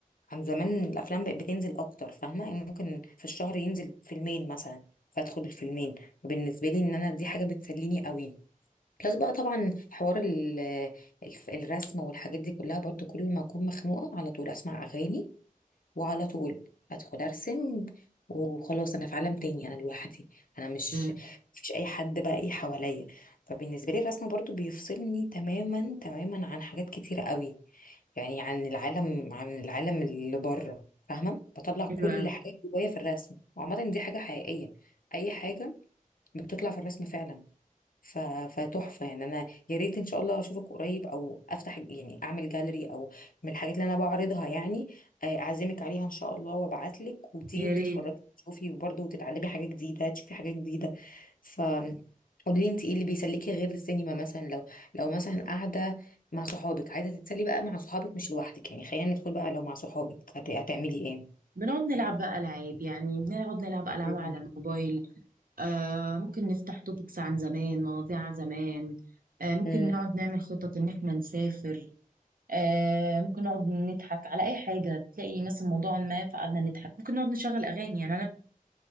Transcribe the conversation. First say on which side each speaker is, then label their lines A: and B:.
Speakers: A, on the left; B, on the right.
A: عن زمان الافلام بقت بتنزل اكتر فاهمه يعني ممكن في الشهر ينزل فيلمين مثلا فادخل الفيلمين فبالنسبه لي ان انا دي حاجه بتسليني قوي بلس بقى طبعا حوار ال- الف- الرسم والحاجات دي كلها برضو كل ما اكون مخنوقه على طول اسمع اغاني وعلى طول هدخل ارسم وخلاص انا في عالم تاني انا لوحدي انا مش
B: امم
A: مفيش اي حد بقى ايه حواليا فبالنسبه لي الرسم برضو بيفصلني تماما تماما عن حاجات كتيره قوي يعني عن العالم عن العالم اللي بره فاهمه بطلع كل
B: حلوه أوي.
A: حاجه جوايا في الرسم وعامه دي حاجه حقيقيه اي حاجه بتطلع في الرسم فعلا ف... فتحفة يعني انا يا ريت ان شاء الله اشوفك قريب او افتح يعني اعمل جاليري او من الحاجات اللي انا بعرضها يعني آه، اعزمك عليها ان شاء الله وابعت لك وتيجي
B: يا
A: وتتفرجي
B: ريت
A: وتشوفي وبرضه تتعلمي حاجة جديدة تشوفي حاجة جديدة ف قولي لي انت ايه اللي بيسليكي غير السينما مثلا لو لو مثلا قاعدة مع صحابك عايزة تتسلي بقى مع صحابك مش لوحدك يعني خلينا ندخل بقى لو مع صحابك هت... هتعملي ايه؟
B: بنقعد نلعب بقى العاب يعني بنقعد نلعب العاب
A: مم.
B: على الموبايل آه ممكن نفتح توبكس عن زمان مواضيع عن زمان آه ممكن
A: مم.
B: نقعد نعمل خطط ان احنا نسافر آه ممكن نقعد نضحك على اي حاجه تلاقي مثلا موضوع ما فقعدنا نضحك ممكن نقعد نشغل اغاني يعني انا